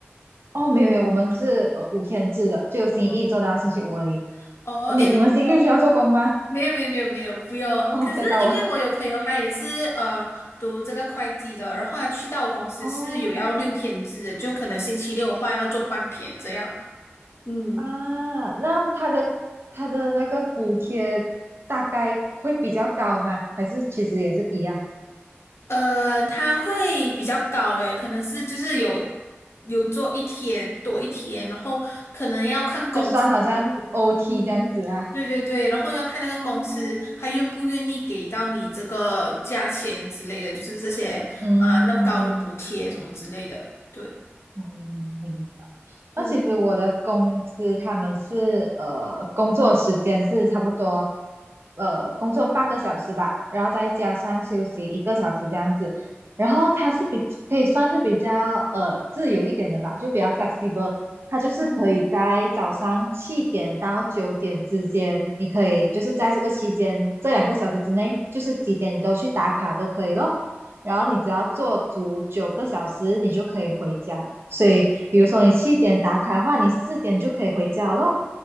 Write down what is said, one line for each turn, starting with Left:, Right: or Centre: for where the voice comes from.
Right: 哦，没有没有，我们是呃五天制的，就星期一做到星期五而已。
Left: 哦，哦，
Right: 呃你你们星期六需要做工吗？
Left: 因为哦，没有没有没有没有，不用。
Right: 哦，
Left: 可是因为我有朋友，
Right: 吓到我。
Left: 他也是呃读这个会计的，然后他去到我公司是有要六天制的，
Right: 哦
Left: 就可能星期六的话要做半天这样。嗯，
Right: 啊，那他的他的那个补贴大概会比较高吗？还是其实也是一样，
Left: 呃，他会比较高诶，可能是就是有有做一天多一天，然后可能要看公司，
Right: 就算好像 OT
Left: 嗯，
Right: 这样子啊？
Left: 对对对，然后要看那个公司他愿不愿意给到你这个价钱之类的，
Right: 哦，
Left: 就是这些啊、
Right: 嗯。
Left: 那么高的补贴什么之类的。对，
Right: 嗯，明白。
Left: 嗯，
Right: 那其实我的公司他们是呃，工作时间是差不多，呃，工作八个小时吧，然后再加上休息一个小时这样子。然后它是比可以算是比较呃自由一点的吧，就比较 flexible。它就是可以在早上七点到九点之间，
Left: 嗯，
Right: 你可以就是在这个期间这两个小时之内，就是几点你都去打卡都可以咯。然后你只要做足九个小时，你就可以回家。所以，比如说你七点打卡的话，你四点就可以回家咯。